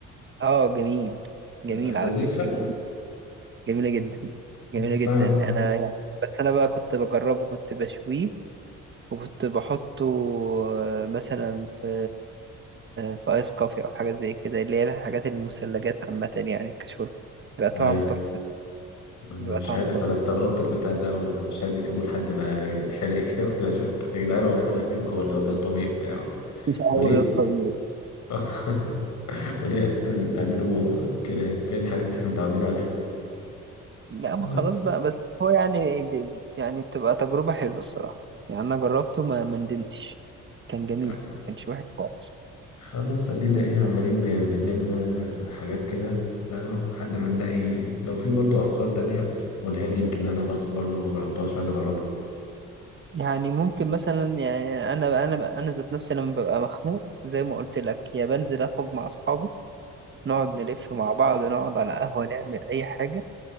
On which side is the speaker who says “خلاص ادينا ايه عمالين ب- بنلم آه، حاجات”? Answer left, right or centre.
Left